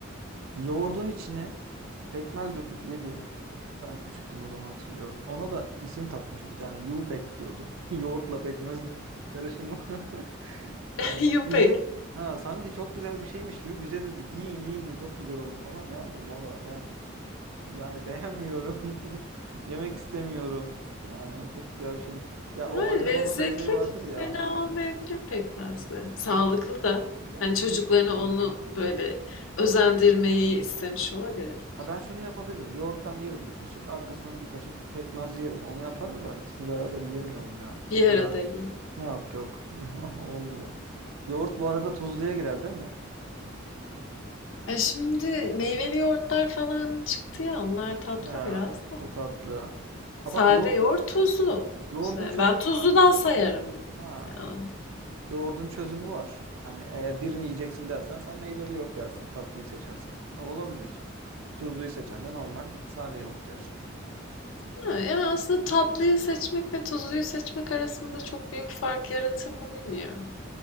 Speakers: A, on the right (about 85°); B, on the left (about 75°).
A: Yoğurdun içine pekmez döküp yedi. Ben küçüktüm o zaman hatırlıyorum. Ona da isim takmış bir tane. Yupek diyordu. <laughs> Yoğurtla pekmezin karışımı. <laughs> Yani
B: <laughs> yumpek.
A: bizi ha sanki çok güzel bir şeymiş gibi bize dedi yiyin yiyin diye çok güzel oldu falan. Ya diyorum baba yani yani beğenmiyorum. <laughs> Yemek istemiyorum. Yani çok güzel bir şeymiş. Ya o
B: Ha,
A: anne
B: lezzetli
A: babada şey vardır ya
B: fena
A: hani
B: olmayabilir pekmez de. Sağlıklı
A: yoğurt,
B: da.
A: yani
B: Hani çocuklarını
A: bilmiyorum.
B: onu böyle özendirmeyi istemiş olabilir.
A: Ha ben şunu yapabilirim. Yoğurttan yerim bir kaşık. Arkasından bir kaşık pekmez yerim. Onu yaparım da ikisini beraber yiyemiyorum ya.
B: Bir
A: O kadar
B: arada yiyin.
A: yok yok. <laughs> Olmuyor. Yoğurt bu arada tuzluya girer değil mi?
B: E, şimdi meyveli yoğurtlar falan çıktı ya onlar tatlı
A: Ha,
B: biraz da.
A: o tatlı. Ha
B: Sade
A: bak yoğurt,
B: yoğurt tuzlu.
A: yoğurdun
B: Se-
A: çözümü
B: Ben tuzludan
A: var mesela.
B: sayarım.
A: Ha.
B: Yani,
A: Yoğurdun çözümü var. Hani eğer birini yiyeceksin dersen sen meyveli yoğurt yersin, tatlıyı seçersen. O Olabilir. Tuzluyu seçen de normal sade yoğurt yer.
B: ha, yani aslında tatlıyı seçmekle tuzluyu seçmek arasında çok büyük fark yaratır mı bilmiyorum.